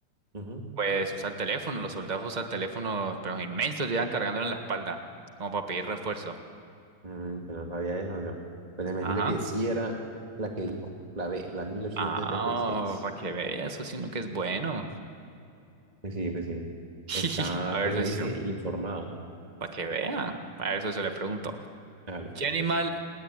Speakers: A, on the right; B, on the right.
A: Ujú.
B: pues usan teléfonos, los soldados usan teléfonos, pero inmensos, llevan cargándolo en la espalda, como para pedir refuerzo.
A: Mm, pero no sabía eso, yo. Pues déjeme
B: ajá
A: decirle que sí era la que dijo, la B, la 1876.
B: Ah, para que vea, socio, uno que es bueno.
A: Pues sí, pues sí.
B: <laughs>
A: Está,
B: A ver,
A: como
B: socio,
A: dice, informado.
B: para que vea. A ver, socio, le pregunto.
A: Dale.
B: ¿Qué animal